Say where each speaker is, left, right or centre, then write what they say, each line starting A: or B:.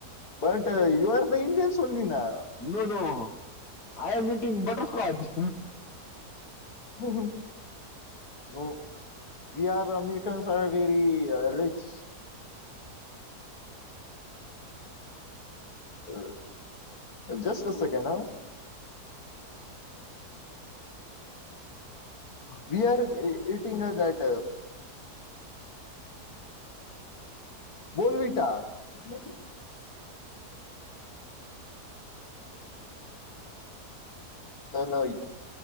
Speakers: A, on the left; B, on the left.
A: but you are the इंिन सोलवी ना.
B: No no I am eating butter scotch
A: हो बी are American are very rich हो जस्ट अस सेकेड ह we are eating that Bournvita व नाही.